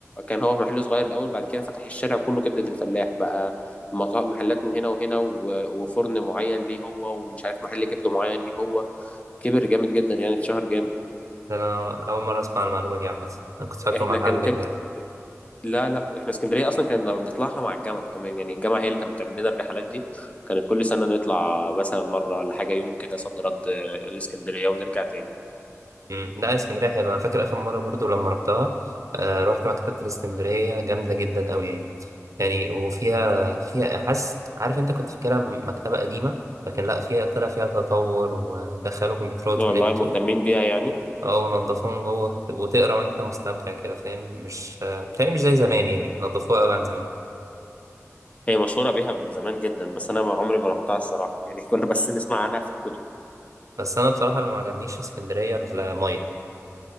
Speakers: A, on the left; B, on the right.
A: كان هو محل صغير الاول بعد كده فتح الشارع كله كبده الفلاح بقى مطا- محلات من هنا وهنا و- وفرن معين ليه هو ومش عارف محل كبده معين ليه هو كبر جامد جدا يعني اتشهر جامد
B: ده انا اول مره اسمع المعلومه دي عامه انا كنت فاكره
A: احنا
B: محل
A: كانت كبده
B: كده
A: لا لا احنا اسكندريه اصلا كنا بنطلعها مع الجامعه كمان يعني الجامعه هي اللي كانت بتعمل لنا الرحلات دي كانت كل سنه نطلع مثلا مره ولا حاجه يوم كده صد رد آه، الاسكندريه ونرجع تاني
B: مم. لا اسكندريه حلوه انا فاكر اخر مره برضو لما رحتها آه رحت مكتبه الاسكندريه جامده جدا قوي يعني يعني وفيها فيها حاسس عارف انت كنت فاكرها مكتبه قديمه لكن لا فيها طلع فيها تطور ودخلوا كمبيوترات
A: والله
B: ونت
A: مهتمين بيها يعني
B: اه ونضفوهم جوه وتقرا وانت مستمتع كده فاهم مش آه، بتهيألي مش زي زمان يعني نضفوها قوي عن زمان
A: هي مشهوره بيها من زمان جدا بس انا ما عمري ما رحتها الصراحه يعني <laughs> كنا بس نسمع عنها في الكتب
B: بس انا بصراحه اللي ما عجبنيش في اسكندريه الميه